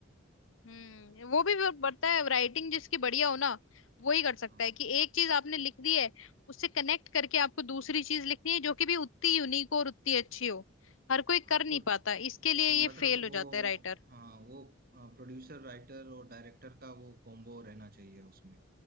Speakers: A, on the left; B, on the right.
A: हम्म वो भी वो पता है राइटिंग जिसकी बढ़िया हो ना वो ही कर सकता
B: हाँ
A: है कि एक चीज आपने लिख दी है उससे कनेक्ट करके आपको दूसरी चीज लिखनी है जो कि भी उतनी यूनिक और उतनी अच्छी हो हर कोई
B: हाँ
A: कर नहीं
B: तो
A: पाता इसके
B: म-
A: लिए ये
B: मतलब
A: फेल हो
B: वो
A: जाता है राइटर
B: हाँ वो प्रोड्यूसर राइटर और डायरेक्टर का वो कॉम्बो रहना चाहिए उसमें